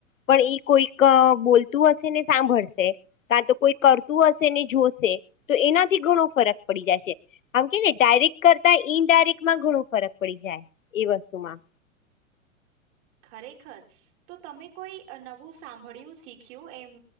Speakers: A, on the left; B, on the right.
A: પણ એઈ કોઈક બોલતું હશે ને સાંભળશે કારાણ તો કોઈ કરતું હશે ને જોશે તો એનાથી ઘણો ફરક પડી જાયશે આમ કે ને ડાયરેક્ટ કરતા ઈન ડાયરેક્ટમાં ઘણું ફરક પડી જાય એ વસ્તુમાં
B: ખરેખર તો તમે કોઈ નવું સાંભળ્યું શીખ્યું એમ